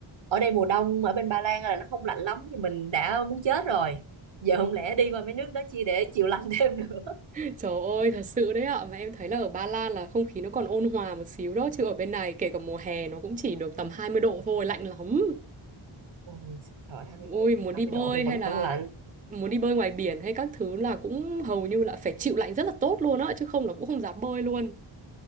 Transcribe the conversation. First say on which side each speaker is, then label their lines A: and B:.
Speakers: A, on the right (about 65°); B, on the right (about 15°).
A: ở đây mùa đông ở bên Ba Lan là nó không lạnh lắm thì mình đã muốn chết rồi giờ không lẽ đi qua mấy nước đó chi để chịu lạnh <laughs> thêm được
B: Trời ơi, thật sự đấy ạ. Mà em thấy là ở Ba Lan là không khí nó còn ôn hòa một xíu đó. Chứ ở bên này kể cả mùa hè nó cũng chỉ được tầm 20 độ thôi, lạnh lắm.
A: ôi trời 20,
B: Ôi, muốn
A: 20
B: đi bơi
A: độ thì vẫn
B: hay là
A: vẫn lạnh
B: muốn đi bơi ngoài biển hay các thứ là cũng hầu như là phải chịu lạnh rất là tốt luôn á. Chứ không là cũng không dám bơi luôn.